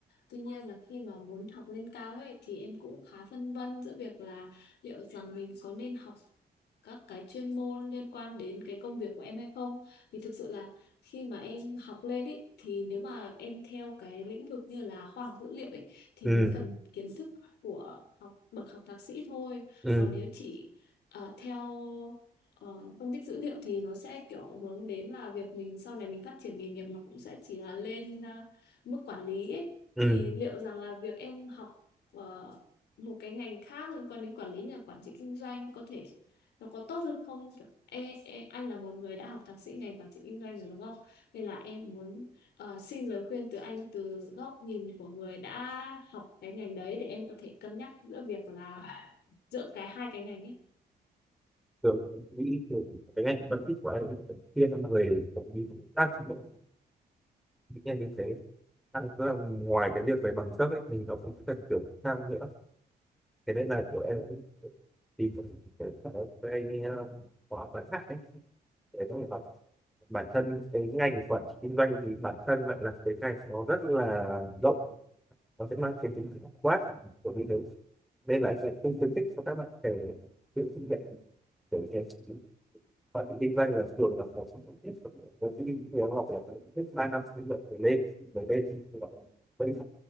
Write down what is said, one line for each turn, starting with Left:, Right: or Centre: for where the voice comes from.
Left: tuy nhiên là khi mà muốn học lên cao ấy thì em cũng khá phân vân giữa việc là liệu rằng mình có nên học các cái chuyên môn liên quan đến cái công việc của em hay không thì thực sự là khi mà em học lên ấy thì nếu mà em theo cái lĩnh vực như là khoa học dữ liệu ấy thì
Centre: ừ
Left: mới cần kiến thức của học bậc học thạc sĩ thôi
Centre: ừ
Left: còn nếu chỉ Ờ, theo ờ, phân tích dữ liệu thì nó sẽ kiểu hướng đến là việc mình sau này mình phát triển nghề nghiệp nó cũng sẽ chỉ là lên à, mức quản lý ấy.
Centre: ừ
Left: Thì liệu rằng là việc em học ờ, một cái ngành khác liên quan đến quản lý nhà quản trị kinh doanh có thể nó có tốt hơn không? Kiểu, e, e, anh là một người đã học thạc sĩ ngành quản trị kinh doanh rồi đúng không? Nên là em muốn ờ, xin lời khuyên từ anh từ góc nhìn của người đã học cái ngành đấy để em có thể cân nhắc giữa việc là giữa cái hai cái ngành ấy.
Centre: thường em nghĩ thường cái ngành phân tích của anh là thiên về kiểu như tác dụng những ngành như thế Đang- tức là ngoài cái việc về bằng cấp ấy thì nó cũng cần kiểu sang nữa thế nên là kiểu em tìm một cái sở cái ờ, khóa ngắn hạn ấy để có thể học bản thân cái ngành quản trị kinh doanh thì bản thân lại là cái ngành nó rất là rộng nó sẽ mang cái tính quát của như thế nên là anh lại không khuyến khích cho các bạn trẻ tự sinh dạy để như thế bạn tự kinh doanh là thường là một trong những tiết của tự kinh thì học là phải ít ba năm kinh nghiệm trở lên bởi đây thì gọi là vẫn